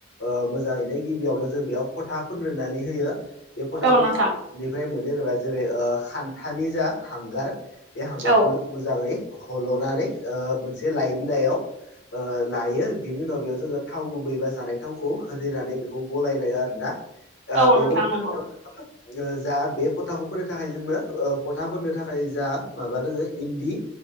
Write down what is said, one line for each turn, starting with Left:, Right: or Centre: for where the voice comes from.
Left: ओ मोजाङैनो गिबियावनो जों बेयाव फथा फोनग्रोनानै होयो। बे फोथाखौ
Right: औ नोंथां
Left: माबेनिफ्राय मोनो होनोबा जेरै ओ खान्थानि जा हांगार बे हांगारखौ
Right: औ
Left: मोजाङै हल'नानै ओ मोनसे लाइ बिलाइयाव ओ लायो । बिनि उनाव बेयाव जोङो थाव गुबै बा जानाय थावखौ होदेरनानै बेखौ गलायनाय आरोना ओ
Right: औ
Left: बेग'ल
Right: नोंथां नंगौ
Left: ओ जा बे फथाखौ फोननो थाखाय जोंनो ओ फथा फोननो थाखाय जा माबा दोङो इन्दि